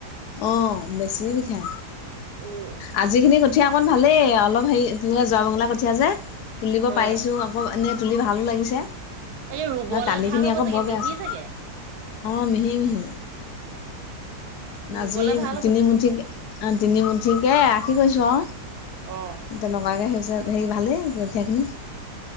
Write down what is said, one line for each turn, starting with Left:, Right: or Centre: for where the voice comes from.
Left: অ বেছি বিষাই।
Right: উম
Left: আজি কঠীয়া অকণ ভালেই অলপ যোৱা মঙলা কঠীয়া যে তুলিব
Right: অ
Left: পাৰিছো ব এনেই তুলি ভালো লাগিছে
Right: এই ৰুবলে
Left: বা কালি
Right: ভাল
Left: খিনি
Right: হ'ব
Left: আকৌ
Right: চাগে
Left: বৰ বেয়া
Right: মিহি
Left: আছে।
Right: চাগে
Left: অ মিহি মিহি। আজি
Right: ৰুবলে ভাল হ'ব
Left: তিনিমুঠিক
Right: তেতিয়া
Left: অ তিনিমুঠিকে আ কি কৰিছো আৰু
Right: অঁ।
Left: তেনেকুৱাকে হৈছে ভালেই কঠীয়া খিনি